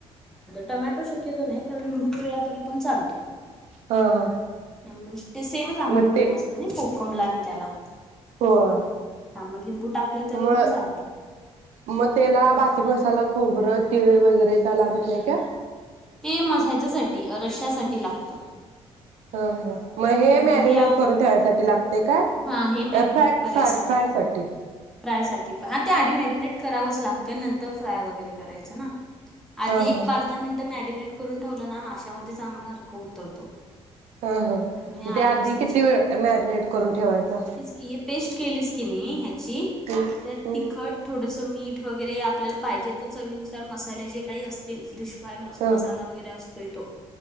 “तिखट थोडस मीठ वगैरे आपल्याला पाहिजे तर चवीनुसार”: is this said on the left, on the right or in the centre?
Centre